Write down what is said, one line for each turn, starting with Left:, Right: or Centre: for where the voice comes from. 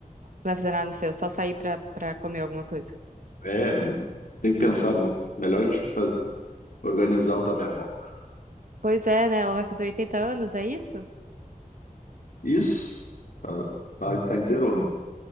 Right: vai fazer nada no seu, só sair pra, pra comer alguma coisa.
Left: É, tem que pensar muito. Melhor a gente fazer, organizar o da minha avó.
Right: Pois é, né? Ela vai fazer 80 anos, é isso?
Left: Isso, tá, tá, tá inteiro.